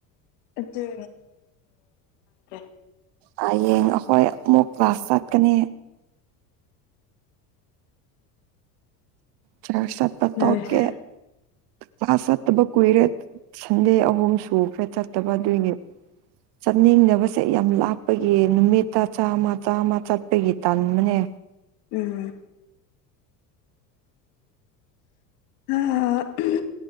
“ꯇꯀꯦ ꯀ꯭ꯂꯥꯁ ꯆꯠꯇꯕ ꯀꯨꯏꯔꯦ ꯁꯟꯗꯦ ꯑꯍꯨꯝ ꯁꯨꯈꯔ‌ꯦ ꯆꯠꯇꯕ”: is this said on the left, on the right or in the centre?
Right